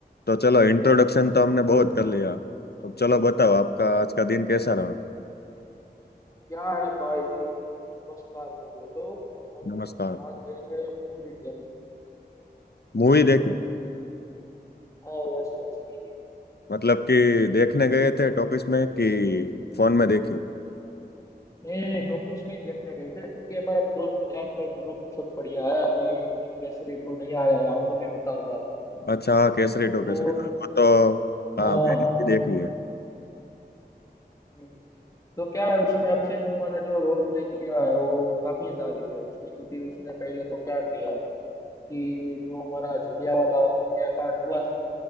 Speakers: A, on the left; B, on the left.
A: तो चलो इंट्रोडक्शन तो हमने बहुत कर लिया अब चलो बताओ आपका आज का दिन कैसा रहा
B: क्या है भाई जी नमस्कार बोले तो हम
A: नमस्कार
B: आज गए थे मूवी देखने
A: मूवी देखी
B: हाँ यस यस भाई जी
A: मतलब कि देखने गए थे टॉकीज में कि फोन में देखी
B: नहीं नहीं टॉकीज में ही देखने गए थे क्योंकि हमारा दोस्त यार का ग्रुप सब बढ़िया है अभी हमें केसरी टू नहीं आया है आपको भी पता होगा
A: अच्छा हाँ केसरी टू
B: तो
A: केसरी वो तो हाँ
B: हाँ
A: मैंने भी देखी है
B: हम्म, तो क्या है उसमें अक्षय कुमार ने जो रोल प्ले किया है वो काबिल तारीफ है उसमें क्योंकि उसने पहले तो क्या किया कि जो हमारा जलियांवाला हत्याकांड हुआ था